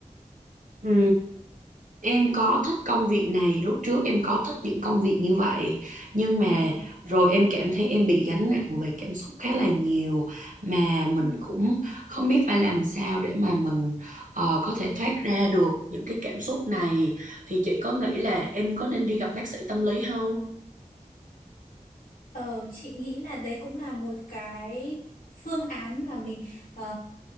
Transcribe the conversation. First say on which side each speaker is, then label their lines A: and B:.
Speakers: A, on the right; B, on the left.
A: tốt Em có thích công việc này, lúc trước em có thích những công việc như vậy, nhưng mà
B: Ờ.
A: rồi em cảm thấy em bị gánh nặng về cảm xúc khá là nhiều mà mình
B: Ừ.
A: cũng không biết phải làm sao để mà mình ờ, có thể thoát ra được những cái cảm xúc này. Thì chị có nghĩ là em có nên đi gặp bác sĩ tâm lý không?
B: Ờ, chị nghĩ là đấy cũng là một cái phương án mà mình ờ,